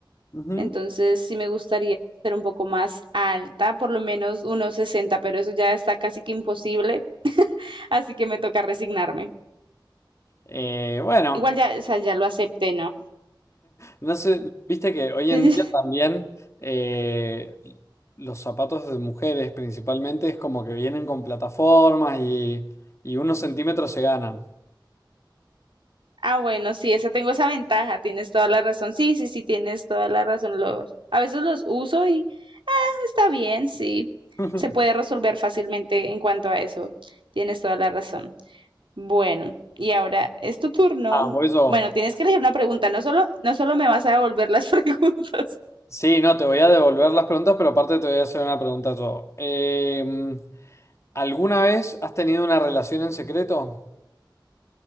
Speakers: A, on the left (about 35°); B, on the right (about 80°).
A: Ujú.
B: Entonces sí me gustaría ser un poco más alta, por lo menos unos sesenta, pero eso ya está casi que imposible, así que me toca resignarme.
A: Eh, bueno,
B: Igual ya, o sea, ya lo acepté, ¿no?
A: no sé, viste que hoy
B: <laughs>
A: en día también eh, los zapatos de mujeres principalmente es como que vienen con plataformas y, y unos centímetros se ganan.
B: Ah, bueno, sí, esa tengo esa ventaja, tienes toda la razón. Sí, sí, sí, tienes toda la razón. Los, a veces los uso y Está bien, sí.
A: <laughs>
B: Se puede resolver fácilmente en cuanto a eso. Tienes toda la razón. Bueno, y ahora es tu turno.
A: Ah, por eso.
B: Bueno, tienes que elegir una pregunta. No solo, no solo me vas a devolver las <laughs> preguntas.
A: Sí, no, te voy a devolver las preguntas, pero aparte te voy a hacer una pregunta yo. Em, ¿alguna vez has tenido una relación en secreto?